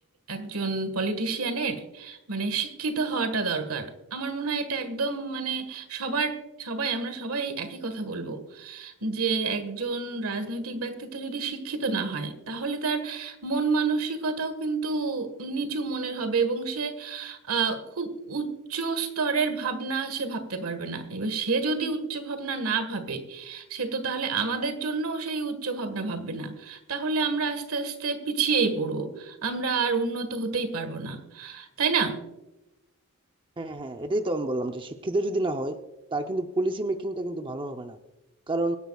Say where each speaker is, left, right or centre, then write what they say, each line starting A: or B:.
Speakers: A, on the right; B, on the right.
A: একজন পলিটিশিয়ানের মানে শিক্ষিত হওয়াটা দরকার আমার মনে হয় এটা একদম মানে সবার সবাই আমরা সবাই একই কথা বলবো যে একজন রাজনৈতিক ব্যক্তিত্ব যদি শিক্ষিত না হয় তাহলে তার মন মানসিকতাও কিন্তু নিচু মনের হবে এবং সে আহ, খুব উচ্চ স্তরের ভাবনা সে ভাবতে পারবে না এবার সে যদি উচ্চ ভাবনা না ভাবে সে তো তাহলে আমাদের জন্য সেই উচ্চ ভাবনা ভাববে না তাহলে আমরা আস্তে আস্তে পিছিয়েই পড়বো আমরা আর উন্নত হতেই পারবো না তাই না
B: হ্যাঁ হ্যাঁ এটাই তো আমি বললাম যে শিক্ষিত যদি না হয় তার কিন্তু পলিসি মেকিংটা কিন্তু ভালো হবে না কারণ